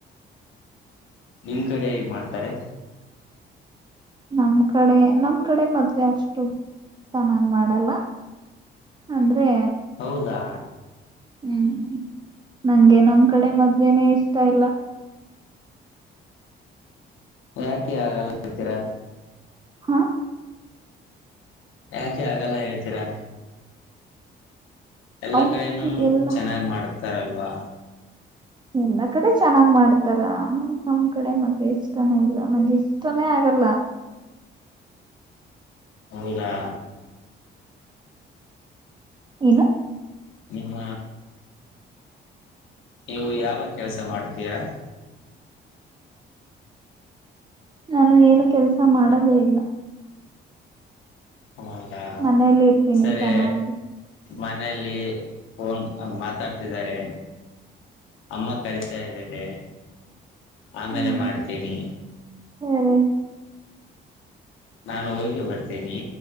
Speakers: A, on the left; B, on the right.
A: ನಿಮ್ ಕಡೆ. ಮಾಡ್ತಾರೆ.
B: ನಮ್ ಕಡೆ ನಮ್ ಕಡೆ ಮದ್ವೆ ಅಷ್ಟು ಚೆನ್ನಾಗ್ ಮಾಡಲ್ಲ ಅಂದ್ರೆ
A: ಹೌದಾ
B: ಹ್ಮ್ ನಂಗೆ ನಮ್ ಕಡೆ ಮದ್ವೆೇನೆೇ ಇಷ್ಟ ಇಲ್ಲ
A: ಯಾಕೆ ಆಗಲ್ಲ ಇರ್ತೀರಾ
B: ಹಾ
A: ಯಾಕೆ ಆಗಲ್ಲ ಹೇಳ್ತೀರಾ ಎಲ್ಲ
B: ಅವ್ರ
A: ಕಡೆನೂ
B: ಎಲ್ಲ
A: ಚೆನ್ನಾಗ್ ಮಾಡತ ಸರಲ್ವಾ
B: ಎಲ್ಲಾ ಕಡೆ ಚೆನ್ನಾಗ್ ಮಾಡ್ತಾರ ನ ನಮ್ ಕಡೆ ಮತ್ತೆ ಇಷ್ಟಾನೇ ಇಲ್ಲ ನಂಗೆ ಇಷ್ಟಾನೇ ಆಗಲ್ಲ
A: ಹೌದಾ
B: ಏನು
A: ನಿಮ್ಮ ನೀವು ಯಾವ ಕೆಲ್ಸ ಮಾಡ್ತೀರಾ
B: ನಾನು ಏನು ಕೆಲ್ಸ ಮಾಡದೇ ಇಲ್ಲ
A: ಹೌದಾ
B: ಮನೇಲಿ ಇರ್ತೀನಿ
A: ಸರಿ
B: ಚೆನ್ನಾಗಿ
A: ಮನೆಯಲ್ಲಿ ಫೋನ್ ಮಾತಾಡ್ತಿದ್ದಾರೆ ಅಮ್ಮ ಕರಿತಾ ಇದಾರೆ ಆಮೇಲೆ
B: ಹ್ಮ್
A: ಮಾಡ್ತೀನಿ
B: ಸರಿ
A: ನಾನು ಹೋಗಿ ಬರ್ತೇನಿ